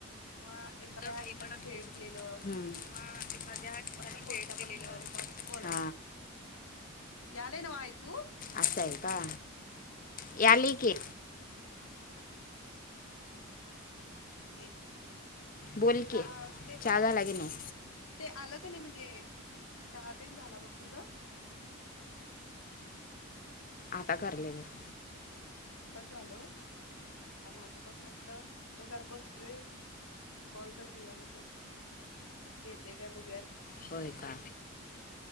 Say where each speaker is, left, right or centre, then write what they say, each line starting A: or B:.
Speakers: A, on the left (about 80°); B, on the left (about 40°).
A: किंवा एखाद्या
B: मु काही
A: ठिकाणी
B: पण असतील
A: भेटलेलं
B: किवा एखाद्या ठिकाणी
A: असं कोणत्या
B: भेट दिलेलं
A: पण विषयावर एका बोलायचंय
B: ह
A: यालय नव्ह ऐकू
B: असं आहे का. यालय की.
A: तेच.
B: बोल
A: तुला
B: की
A: अ ते पाठून
B: चहा झाला की नाही
A: ते. आलं का नाही म्हणजे, चहा तेन झाला बघ तुझं.
B: आता करालोय बग.
A: आताच आलो, माझं पण म्हटलं, तर जरा बसलोय जरा कॉल तर घेऊया म्हटलं येते काय बघु
B: होय का,